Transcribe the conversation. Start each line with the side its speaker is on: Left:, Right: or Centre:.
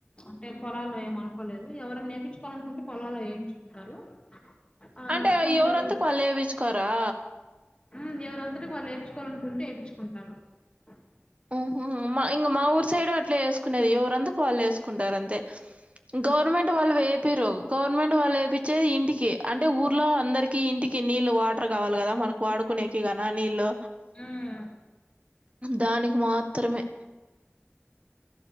Left: అంటే పొలాల్లో ఏమనుకోలేదు ఎవరన్నా ఏపిచ్చుకోవాలనీ అనుకుంటే పొలాలో వేయించుకుంటారు. ఆ
Right: అంటే
Left: కుంటలు
Right: ఎవరంతకు వాళ్ళు వేపిచ్చుకోరా.
Left: ఉ ఎవరంతటకు వాళ్ళు వేపించుకోవాలనుకుంటే వేపించుకుంటారు. సరా
Right: ఉహుమ్ ఇంకా మా ఊరు సైడ్ అట్లా వేసుకునేది ఎవరంతుకు వాళ్ళు వేసుకుంటారు అంతే
Left: ఉమ్.
Right: గవర్మెట్ వాల్ వే మీరు గవర్నమెంట్ వాళ్ళు వయిచ్చేది ఇంటికి అంటే ఊర్లో అందరికి ఇంటికి నీళ్ళు వాటర్ కావాలి కదా మనకు వాడుకునేకి నీ నలో
Left: ఉమ్.
Right: దాని మాత్రమే